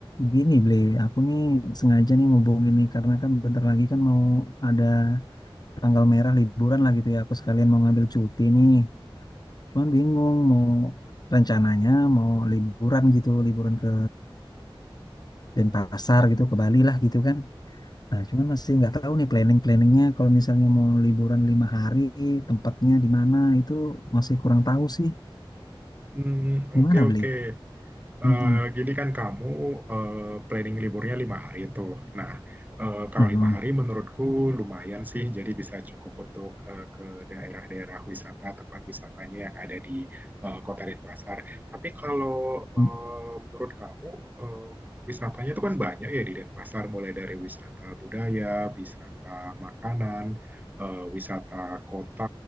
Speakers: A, on the left (about 45°); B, on the right (about 20°).
A: gini Bli, aku nih sengaja nih ngubungin nih karena kan bentar lagi kan mau ada tanggal merah liburan lah gitu ya. Aku sekalian mau ngambil cuti nih. Cuman bingung mau rencananya mau liburan gitu, liburan ke Denpasar gitu, ke Bali lah gitu kan. Nah, cuman masih nggak tahu nih planning-planningnya. Kalau misalnya mau liburan lima hari, tempatnya di mana itu masih kurang tahu sih.
B: Hmm,
A: Gimana
B: oke, oke.
A: beli?
B: Eh,
A: Hmm.
B: jadi kan kamu eh, planning liburnya lima hari tuh. Nah, eh, kalau
A: Nah,
B: lima hari menurutku lumayan sih, jadi bisa cukup untuk eh, ke daerah-daerah wisata, tempat wisatanya yang ada di eh, Kota Denpasar. Tapi kalau eh,
A: hmm.
B: menurut kamu eh, wisatanya itu kan banyak ya di Denpasar, mulai dari wisata budaya, wisata makanan, eh, wisata kota,